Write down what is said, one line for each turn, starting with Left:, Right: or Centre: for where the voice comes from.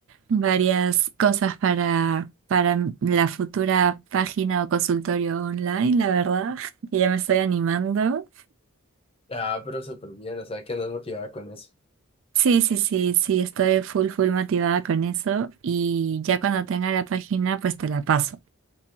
Right: varias cosas para, para la futura página o consultorio online, la verdad, <laughs> que ya me estoy animando.
Left: Ah, pero súper bien, o sea, que andas motivada con eso.
Right: Sí, sí, sí, sí, estoy full, full motivada con eso y ya cuando tenga la página, pues te la paso.